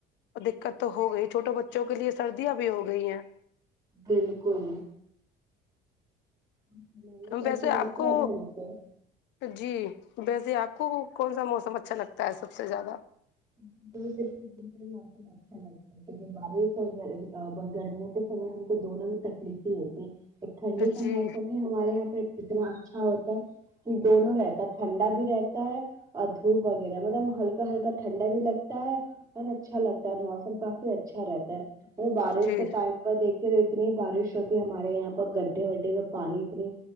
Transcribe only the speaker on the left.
دقت تو ہو گئی چھوٹے بچوں کے لیے سردیاں بھی ہو گئی ہیں
ویسے
آپ
کو
جی ویسے آپ کو کون سا موسم اچھا لگتا ہے سب سے زیادہ
جی
جی